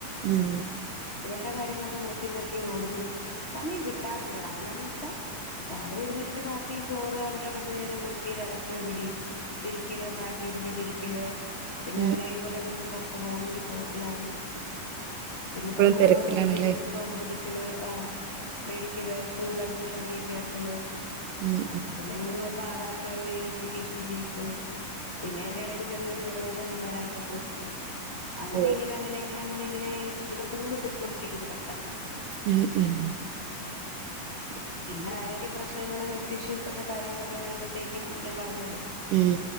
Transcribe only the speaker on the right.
ഉം
ഉം
ഇപ്പഴും
തിരക്കിലാണല്ലേ
ഉം
ഉം
ഓ
ഉം ഉം ഉ
ഉം